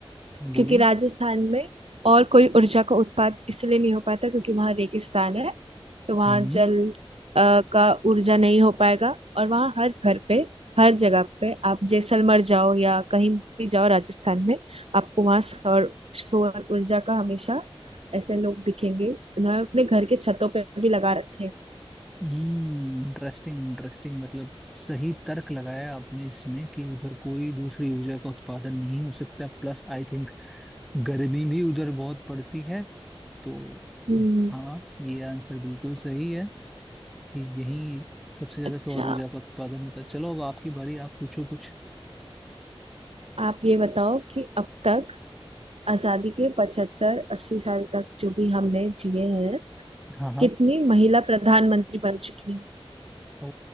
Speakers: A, on the right; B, in the centre.
A: क्योंकि
B: बोलिए
A: राजस्थान में और कोई ऊर्जा का उत्पाद इसलिए नहीं हो पाता क्योंकि वहाँ रेगिस्तान है तो वहाँ
B: हम्म
A: जल अ, का ऊर्जा नहीं हो पाएगा और वहाँ हर घर पे हर जगह पे आप जैसलमेर जाओ या कहीं भी जाओ राजस्थान में आपको वहाँ सौर सौर ऊर्जा का हमेशा ऐसे लोग दिखेंगे उन्होंने अपने घर के छतों पे भी लगा रखे हैं
B: इंटरेस्टिंग इंटरेस्टिंग मतलब सही तर्क लगाया आपने इसमें कि उधर कोई दूसरी ऊर्जा का उत्पादन नहीं हो सकता प्लस आई थिंक गर्मी भी उधर बहुत पड़ती है तो
A: हम्म
B: हाँ ये आंसर बिल्कुल सही है कि यही सबसे ज्यादा
A: अच्छा
B: सौर ऊर्जा का उत्पादन होता है चलो अब आपकी बारी आप पूछो कुछ
A: आप ये बताओ कि अब तक आजादी के पचहत्तर अस्सी साल तक जो भी हमने जिए हैं
B: हाँ हाँ
A: कितनी महिला प्रधानमंत्री बन चुकी हैं
B: ओ